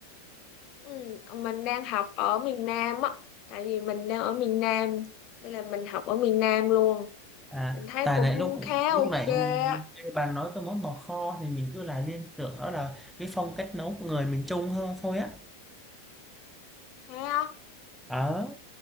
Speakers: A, on the left; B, in the centre.
A: ừ. mình đang học ở miền Nam á tại vì mình đang ở miền Nam nên là mình học ở miền Nam luôn
B: À,
A: mình thấy
B: tại
A: cũng
B: nãy lúc
A: khá
B: lúc
A: ok
B: nãy
A: á
B: nghe bạn nói tới món bò kho thì mình cứ lại liên tưởng đó là cái phong cách nấu của người miền Trung hơn thôi á.
A: Thế á?
B: Ờ,